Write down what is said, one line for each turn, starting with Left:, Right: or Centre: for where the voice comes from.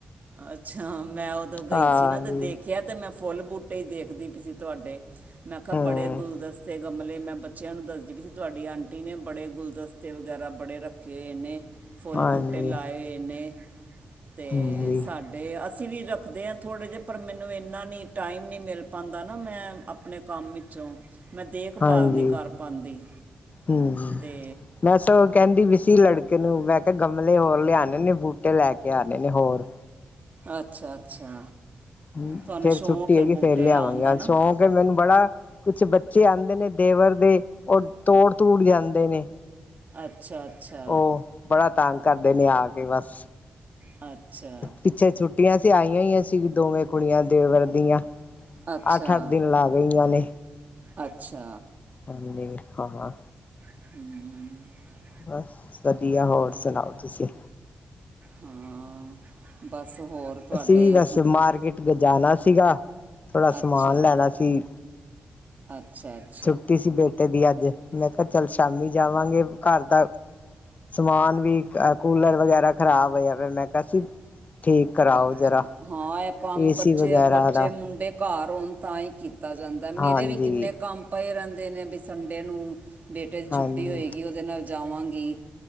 Right: ਅੱਛਾ ਮੈਂ ਉਦੋਂ ਗਈ
Left: ਹਾਂਜੀ
Right: ਸੀ ਨਾ ਤੇ ਦੇਖਿਆ ਤੇ ਮੈਂ ਫੁੱਲ ਬੂਟੇ ਹੀ ਦੇਖਦੀ ਪਈ ਸੀ ਤੁਹਾਡੇ ਮੈਂ ਕਿਆ
Left: ਹੂੰ
Right: ਬੜੇ ਗੁਲਦਸਤੇ ਗਮਲੇ ਮੈਂ ਬੱਚਿਆਂ ਨੂੰ ਦੱਸਦੀ ਵੀਈ ਸੀ ਤੁਹਾਡੀ ਆਂਟੀ ਨੇ ਬੜੇ ਗੁਲਦਸਤੇ ਵਗੈਰਾ ਬੜੇ ਰੱਖੇ ਹੋਏ ਨੇ। ਫੁੱਲ
Left: ਹਾਂਜੀ
Right: ਬੂਟੇ ਲਾਏ ਹੋਏ ਨੇ ਤੇ
Left: ਹਾਂਜੀ
Right: ਸਾਡੇ ਅਸੀਂ ਵੀ ਰੱਖਦੇ ਹਾਂ ਥੋੜੇ ਜਿਹੇ ਪਰ ਮੈਨੂੰ ਇੰਨਾ ਨੀ ਟਾਈਮ ਨੀ ਮਿਲ ਪਾਦਾਂ ਨਾ ਮੈਂ ਆਪਣੇ ਕੰਮ ਵਿੱਚ ਚੋ, ਮੈਂ ਦੇਖਭਾਲ
Left: ਹਾਂਜੀ
Right: ਨਹੀਂ ਕਰ ਪਾਂਦੀ।
Left: ਹੂੰ,
Right: ਤੇ
Left: ਬਸ ਉਹ ਕਹਿੰਦੀ ਪੀ ਸੀ ਲੜਕ ਕੀ-ਨੂੰ ਮੈਂ ਕਿਹਾ ਗਮਲੇ ਹੋਰ ਲਿਆਉਣੇ ਨੇ ਬੂਟੇ ਲੈ ਕੇ ਆਉਣੇ ਨੇ ਹੋਰ।
Right: ਅੱਛਾ ਅੱਛਾ।
Left: ਹੂੰ!
Right: ਤੁਹਾਨੂੰ
Left: ਫੇਰ
Right: ਸ਼ੌਂਕ
Left: ਛੁੱਟੀ
Right: ਹੈ
Left: ਹੈਗੀ
Right: ਬੂਟੇ
Left: ਫੇਰ ਲਿਆਵਾਂਗੇ
Right: ਲਾਉਣ ਦਾ
Left: ਅ
Right: ਨਾ
Left: ਚੌਕ। ਫੇਰ ਮੈਨੂੰ ਬੜਾ ਕੁਛ ਬੱਚੇ ਆਂਦੇ ਨੇ ਦੇਵਰ ਦੇ ਉਹ ਤੋੜ- ਤੁੜ ਜਾਂਦੇ ਨੇ।
Right: ਅੱਛਾ- ਅੱਛਾ।
Left: ਉਹ ਬੜਾ ਤੰਗ ਕਰਦੇ ਨੇ ਆ ਕੇ ਬਸ
Right: ਅੱਛਾ
Left: ਪਿੱਛੇ ਛੁੱਟੀਆਂ। ਆਈਆਂ ਹੀਆਂ ਸੀ ਦੋਵੇਂ ਕੁੜੀਆਂ ਦੇਵਰ ਦੀਆਂ।
Right: ਅੱਛਾ-
Left: ਅੱਠ-ਅੱਠ ਦਿਨ ਲਾ ਗਈਆਂ ਨੇ
Right: ਅੱਛਾ!
Left: ਹਾਂਜੀ! ਹਾਂ!
Right: ਹੂੰ!
Left: ਬਸ ਵਧੀਆ, ਹੋਰ ਸੁਣਾਓ ਤੁਸੀਂ।
Right: ਹੂੰ! ਬਸ ਹੋਰ। ਤੁਹਾਡੇ
Left: ਅਸੀਂ ਵੀ ਬਸ
Right: ਗ-
Left: ਮਾਰਕਿਟ ਜਾਣਾ ਸੀਗਾ, ਥੋੜਾ
Right: ਅੱਛਾ
Left: ਸਮਾਨ ਲੈਣਾ ਸੀ।
Right: ਅੱਛਾ- ਅੱਛਾ!
Left: ਛੁੱਟੀ ਸੀ ਬੇਟੇ ਦੀ ਅੱਜ ਮੈਂ ਕਿਹਾ ਚੱਲ ਸ਼ਾਮੀ ਜਾਵਾਂਗੇ ਘਰ ਦਾ। ਸਮਾਨ ਵੀ ਅ ਕੂਲਰ ਵਗੈਰਾ ਖ਼ਰਾਬ ਹੋਇਆ ਪਿਆ ਮੈਂ ਕਿਹਾ ਸੀ। ਠੀਕ ਕਰਾਓ
Right: ਅੱਛਾ!
Left: ਜਰਾ
Right: ਹਾਂ! ਇਹ ਕੰਮ
Left: ਏਸੀ
Right: ਬੱਚੇ-
Left: ਵਗੈਰਾ
Right: ਬੱਚੇ
Left: ਦਾ
Right: ਮੁੰਡੇ। ਘਰ ਹੋਣ ਤਾਂ ਹੀ ਕੀਤਾ ਜਾਂਦਾ ਮੇਰੇ
Left: ਹਾਂਜੀ
Right: ਵੀ ਕਿੰਨੇ ਕੰਮ ਪਏ ਰਹਿੰਦੇ ਨੇ ਵੀ ਸੰੰਡੇ ਨੂੰ। ਬੇਟੇ ਦੀ ਛੁੱਟੀ
Left: ਹਾਂਜੀ
Right: ਹੋਏਗੀ, ਉਹਦੇ ਨਾਲ ਜਾਵਾਂਗੀ,